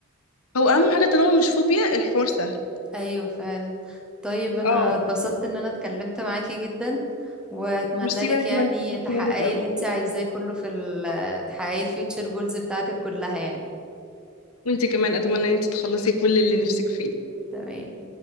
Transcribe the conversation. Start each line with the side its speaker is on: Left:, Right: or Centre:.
Left: هو اهم حاجه طالما مش فوبيا الحوار سهل
Centre: ايوه فعلا طيب انا
Left: اه
Centre: اتبسطت ان انا اتكلمت معاكي جدا واتمنى
Left: ميرسي
Centre: لك
Left: وانا كمان
Centre: يعني
Left: استفدت
Centre: تحققي
Left: منك قوي
Centre: اللي انت عايزاه كله في ال- تحققي الفيوتشر جولز بتاعتك كلها يعني
Left: وانت كمان اتمنى ان انت تخلصي كل اللي نفسك فيه
Centre: تمام